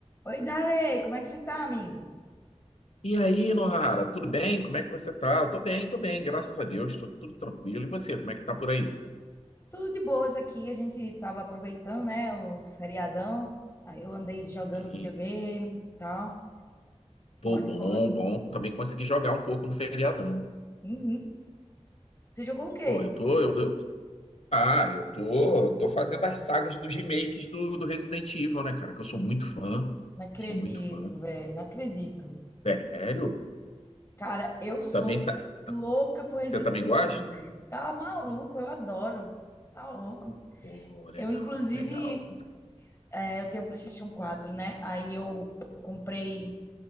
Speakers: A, on the left (about 25°); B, on the left (about 70°).
A: Oi, Darley, como é que você tá, amigo?
B: E aí, Nohara, tudo bem? Como é que você tá? Eu tô bem, tô bem, graças a Deus, tô tudo tranquilo. E você, como é que tá por aí?
A: Tudo de boas aqui. A gente tava aproveitando, né, o feriadão. Aí eu andei jogando
B: Sim.
A: videogame e tal.
B: Pô,
A: Muito
B: bom,
A: boas.
B: bom. Também consegui jogar um pouco no feriadão.
A: Uhum. Você jogou o quê?
B: Pô, eu tô, eu, eu- ah, eu tô, tô fazendo as sagas dos remakes do, do Resident Evil, né, cara? Que eu sou muito fã,
A: Não acredito,
B: sou muito fã.
A: velho. Não acredito.
B: Sério?
A: Cara, eu sou
B: Também tá, tá,
A: louca por Resident
B: você também
A: Evil,
B: gosta?
A: velho. Tá maluco, eu adoro. Tá louco.
B: Pô, legal,
A: Eu, inclusive,
B: legal, muito bom.
A: é, eu tenho um PlayStation 4, né? Aí eu comprei